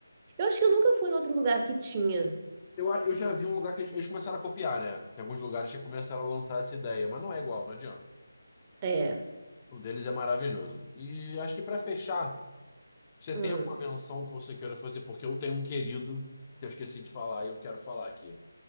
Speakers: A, on the right (about 20°); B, on the left (about 25°).
A: Eu acho que eu nunca fui em outro lugar que tinha.
B: Eu, eu já vi um lugar que eles, eles começaram a copiar, né? Tem alguns lugares que começaram a lançar essa ideia, mas não é igual, não adianta.
A: É.
B: O deles é maravilhoso. E acho que pra fechar, você
A: hum.
B: tem alguma menção que você queira fazer? Porque eu tenho um querido que eu esqueci de falar e eu quero falar aqui.